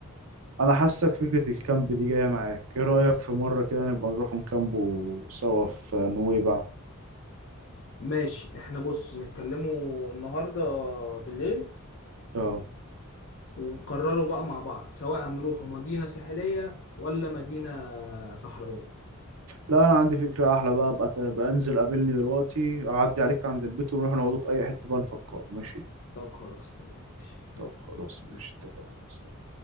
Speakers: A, on the right (about 70°); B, on the left (about 60°).
A: انا حاسك فكرة الكامب دي جاية معاك ايه رأيك في مرة كده نبقى نروح نكامبو سوا في نويبع
B: ماشي احنا بص نتكلموا النهاردة بالليل
A: اه
B: ونقرروا بقى مع بعض سواء هنروحوا مدينة ساحلية ولا مدينة صحراوية
A: لا انا عندي فكرة احلى بقى بقى, بقى انزل قابلني دلوقتي اعدي عليك عند البيت ونروح نقعدوا في اي حتة بقى نفكر ماشي
B: طب خلاص تمام ماشي يلا
A: طب خلاص ماشي اتفقنا